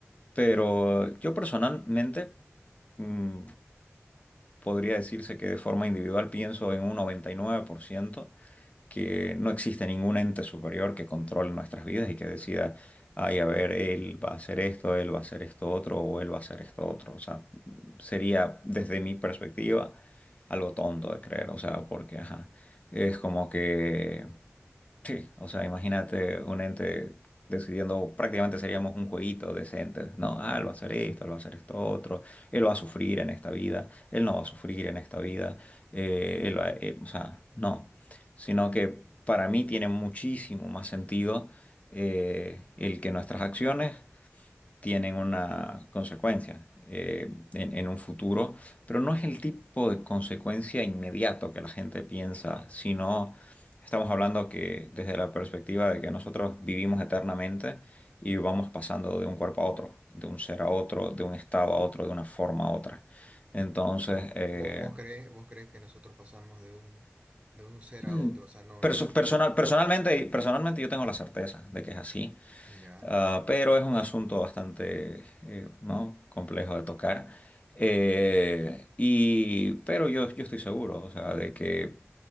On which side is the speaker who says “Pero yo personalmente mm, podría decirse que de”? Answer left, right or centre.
Left